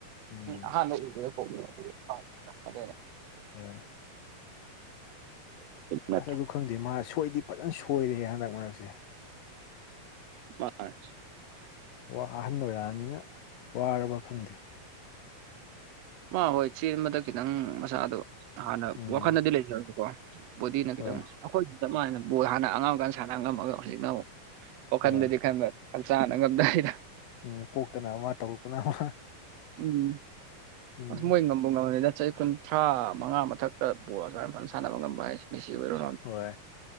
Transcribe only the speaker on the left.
ꯎꯝ
ꯍꯣꯏ
ꯑꯁ ꯑꯗꯨ ꯈꯪꯗꯦ ꯃꯥ ꯁꯣꯏꯗꯤ ꯐꯖꯅ ꯁꯣꯏꯔꯦ ꯍꯟꯗꯛ ꯃꯔꯛꯁꯦ
ꯋꯥ ꯑꯍꯟ ꯑꯣꯏꯔꯛꯑꯅꯤꯅ ꯋꯥꯔꯕ ꯈꯪꯗꯦ
ꯎꯝ
ꯍꯣꯏ
ꯍꯣꯏ
ꯎꯝ ꯀꯣꯛꯇꯅ ꯑꯃ ꯇꯧꯔꯛꯄꯅ ꯑꯃ
ꯎꯝ
ꯍꯣꯏ